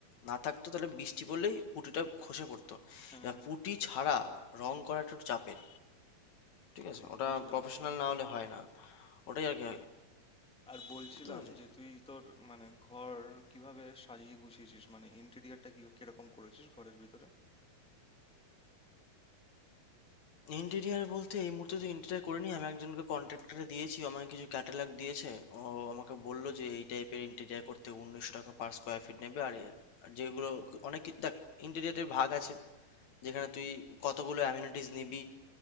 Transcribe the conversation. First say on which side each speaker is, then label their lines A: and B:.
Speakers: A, on the left; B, in the centre.
A: না থাকতো তাহলে বৃষ্টি পড়লেই পুটিটা খসে পড়তো
B: হ্যাঁ
A: এবার পুটি ছাড়া রং করাটা একটু চাপের ঠিক আছে ওটা
B: বুঝলাম
A: প্রফেশনাল
B: বুঝলাম
A: না হলে হয় না ওটাই আর কি
B: আর বলছিলাম
A: বুঝতে পেরেছো?
B: যে তুই তোর মানে ঘর কিভাবে সাজিয়ে গুছিয়েছিস মানে ইন্টেরিয়রটা কি কিরকম করেছিস ঘরের ভিতরে
A: ইন্টেরিয়ার বলতে এই মুহূর্তে তো ইন্টেরিয়ার করিনি আমি একজনকে কন্ট্রাক্টরে দিয়েছি ও আমাকে কিছু ক্যাটালগ দিয়েছে ও আমাকে বললো যে এই টাইপের ইন্টেরিয়ার করতে উনিশশো টাকা পার স্কোয়ার ফিট নেবে আর এ- আর যেগুলো অনেক কি- দেখ ইন্টেরিয়ারের ভাগ আছে যেখানে তুই কতগুলো অ্যামিনিটিস নিবি